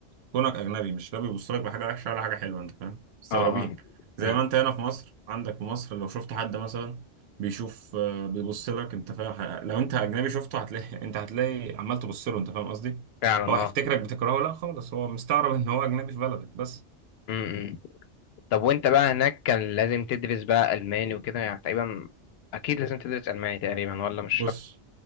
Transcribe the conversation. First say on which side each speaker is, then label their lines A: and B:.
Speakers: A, on the right (about 65°); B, on the left (about 65°).
A: كونك اجنبي مش لا بيبص لك بحاجه وحشه ولا حاجه حلوه انت فاهم مستغربين
B: اه اه
A: زي
B: امم
A: ما انت هنا في مصر عندك في مصر لو شفت حد مثلا بيشوف آه، بيبص لك انت فاهم لو انت اجنبي شفته هتلاقي <laughs> انت هتلاقي عمال تبص له انت فاهم قصدي
B: فعلا
A: هو
B: اه
A: هيفتكرك بتكرهه لا خالص هو مستغرب ان هو اجنبي في بلدك بس
B: امم طب وانت بقى هناك كان لازم تدرس بقى الماني وكده يعني تقريبا اكيد لازم تدرس الماني تقريبا ولا مش
A: بص
B: شرط